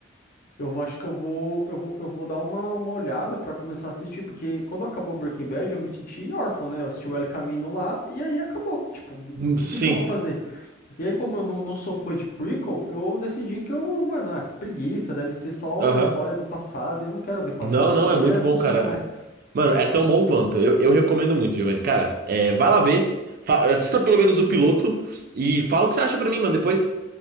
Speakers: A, on the left; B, on the right.
A: Eu vou, acho que eu vou, eu vou, eu vou dar uma, uma olhada pra começar a assistir, porque quando acabou Breaking Bad, eu me senti órfão, né? Eu assisti o El Camino lá e aí acabou. Tipo,
B: Hum, Sim.
A: o que que eu vou fazer? E aí, como eu não, não sou fã de prequel, eu decidi que eu, mano, ah, que preguiça, deve ser só
B: <laughs> Aham.
A: a história do passado, e eu não quero ver passado,
B: Não,
A: eu
B: não,
A: queria
B: é muito
A: consumir
B: bom, cara.
A: mais.
B: Mano, é tão bom quanto. Eu, eu recomendo muito, Giovanni. Cara, é, vai lá ver. Fa- Assista pelo menos o piloto e fala o que você acha pra mim, mano, depois.